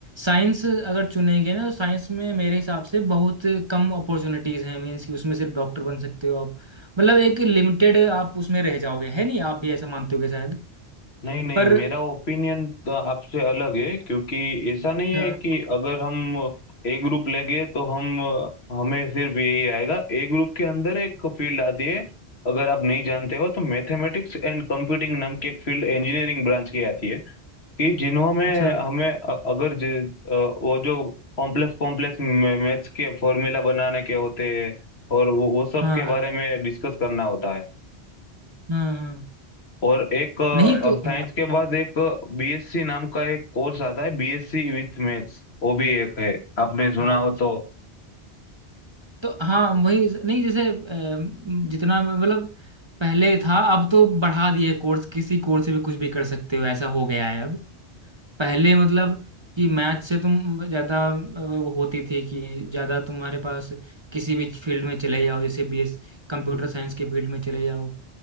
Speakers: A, on the right; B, on the left.
A: साइंस अगर चुनेंगे ना तो साइंस में मेरे हिसाब से बहुत कम अपॉर्चुनिटीज हैं मीन्स कि उसमें सिर्फ डॉक्टर बन सकते हो आप मतलब एक लिमिटेड आप उसमें रह जाओगे है नहीं आप भी ऐसा मानते होगे शायद
B: नहीं नहीं
A: पर
B: मेरा ओपिनियन आपसे अलग है क्योंकि ऐसा नहीं है
A: अच्छा
B: कि अगर हम ए ग्रुप लेंगे तो हम हमें सिर्फ यही आएगा ए ग्रुप के अंदर एक फील्ड आती है अगर आप नहीं जानते हो तो मैथमेटिक्स एंड कंप्यूटिंग नाम की एक फील्ड इंजीनियरिंग ब्रांच की आती है कि जिन्हों में
A: अच्छा अच्छा
B: हमें अ- अगर जे- अ, वो जो कॉम्प्लेक्स कॉम्प्लेक्स मैथ्स के फॉर्मूला बनाने के होते हैं और वो वो सब
A: हाँ
B: के बारे में डिस्कस करना होता है
A: हाँ हाँ
B: और एक
A: नहीं तो
B: साइंस
A: हाँ
B: के बाद एक बीएससी नाम का एक कोर्स आता है बीएससी विथ मैथ्स वो भी एक है आपने सुना
A: अच्छा
B: हो तो
A: तो हाँ वही नहीं जैसे अम, जितना मतलब पहले था अब तो बढ़ा दिए कोर्स किसी कोर्स से भी कुछ भी कर सकते हो ऐसा हो गया है अब पहले मतलब कि मैथ से तुम ज़्यादा अ, वो होती थी कि ज़्यादा तुम्हारे पास किसी भी फील्ड में चले जाओ जैसे बीएस कंप्यूटर साइंस के फील्ड में चले जाओ